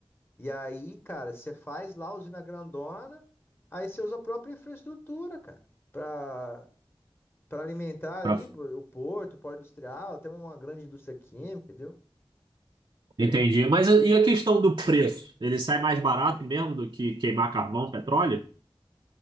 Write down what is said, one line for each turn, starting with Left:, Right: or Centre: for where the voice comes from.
Left: E aí, cara, você faz lá a usina grandona, aí você usa a própria infraestrutura, cara, para para alimentar
Right: Pra-
Left: ali pô, o porto, o polo industrial, até uma grande indústria química, entendeu?
Right: Entendi. Mas e a questão do preço? Ele sai mais barato mesmo do que queimar carvão, petróleo?